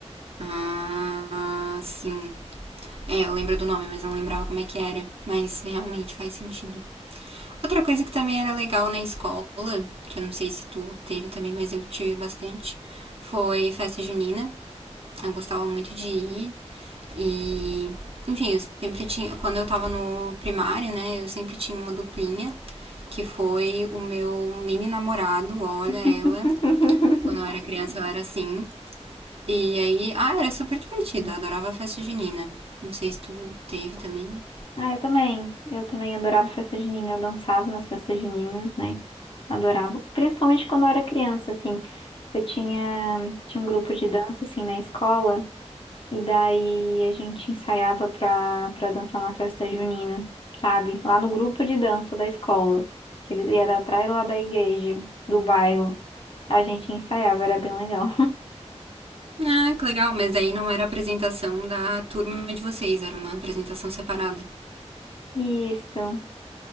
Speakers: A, on the right; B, on the left.
A: Ah, sim. É, eu lembro do nome, mas não lembrava como é que era. Mas realmente faz sentido. Outra coisa que também era legal na escola, que eu não sei se tu teve também, mas eu tive bastante, foi festa junina. Eu gostava muito de ir, E, enfim, eu sempre tinha. Quando eu tava no primário, né, eu sempre tinha uma duplinha, que foi o meu mini namorado, olha
B: <laughs>
A: ela. Quando eu era criança eu era assim. E aí, ah, era super divertido, eu adorava a festa junina. Não sei se tu teve também.
B: Ah, eu também. Eu também adorava festa junina. Eu dançava nas festas juninas, né? Adorava. Principalmente quando eu era criança, assim. Eu tinha, tinha um grupo de dança, assim, na escola. E daí a gente ensaiava pra, pra dançar na festa junina, sabe? Lá no grupo de dança da escola. Que eles, e era atrás lá da igreja, do bairro. A gente ensaiava, era bem legal.
A: Ah, que legal, mas aí não era a apresentação da turma de vocês, era uma apresentação separada.
B: <laughs> Isso.